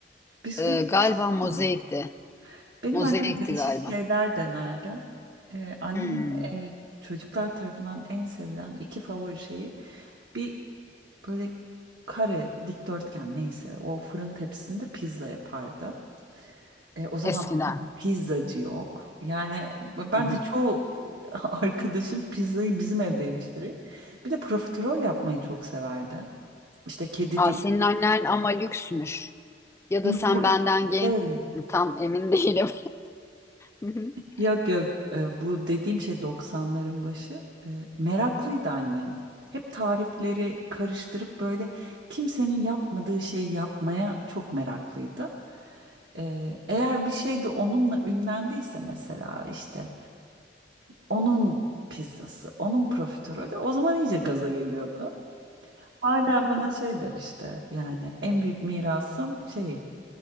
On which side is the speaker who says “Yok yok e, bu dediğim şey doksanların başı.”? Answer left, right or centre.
Right